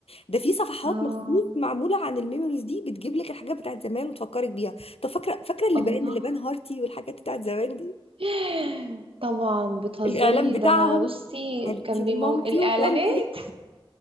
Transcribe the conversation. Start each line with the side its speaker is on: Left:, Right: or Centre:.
Left: ده في صفحات
Right: اه
Left: مخصوص معمولة عن الميموريز دي بتجيب لك الحاجات بتاعت زمان وتفكرك بيها طب فاكرة فاكرة اللي
Right: الله
Left: بان اللي بان هارتي والحاجات بتاعت زمان دي
Right: <gasps> <laughs> طبعا بتهزري
Left: الإعلان بتاعهم
Right: ده انا بصي
Left: هالتي
Right: كان بيمو
Left: ومامتي
Right: الاعلانات
Left: وطنطي